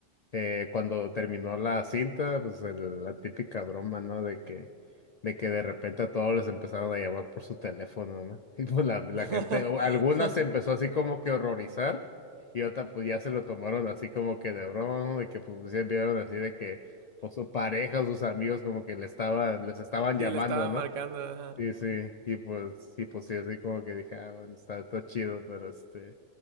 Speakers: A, on the left; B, on the right.
A: eh, cuando terminó la cinta, pues el- la típica broma, ¿no? De que, de que de repente a todos les empezaron a llamar por su teléfono, ¿no? <laughs> Y pues la, la
B: <laughs>
A: gente, o algunas se empezó así como que a horrorizar y otras pues ya se lo tomaron así como que de broma, ¿no? De que pues se vieron así de que o su pareja o sus amigos como que le estaban, les estaban
B: Sí,
A: llamando,
B: le estaba marcando,
A: ¿no?
B: ajá.
A: Sí, sí, y pues, sí, pues sí, así como que dije, ah, bueno, está todo chido, pero este,